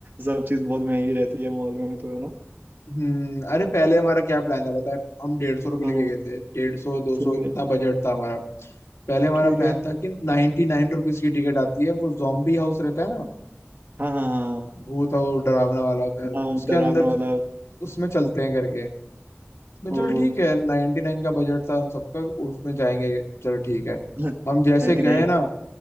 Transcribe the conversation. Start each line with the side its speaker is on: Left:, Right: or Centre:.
Right: सब चीज बहुत महंगी रहती है मॉल में तो है ना
Left: हम्म अरे पहले हमारा क्या प्लान था बताए हम डेढ़ सौ रुपये
Right: हाँ
Left: लेके गए थे डेढ़ सौ दो
Right: ठीक
Left: सौ इतना
Right: है
Left: बजट था हमारा पहले हमारा
Right: ठीक
Left: प्लान
Right: है
Left: था कि नाइन्टी नाइन रुपीज की टिकट आती है वो जॉम्बी हाउस रहता है ना
Right: हाँ हाँ हाँ
Left: भूत और डरावना वाला घर उसके
Right: हाँ डरावना
Left: अंदर
Right: वाला
Left: उसमें चलते हैं करके मैं
Right: ओ
Left: चलो ठीक है नाइनटी नाइन का बजट था हम सबका उसमें जाएंगे चलो ठीक है
Right: <laughs>
Left: हम जैसे
Right: Ninety
Left: गए
Right: nine
Left: ना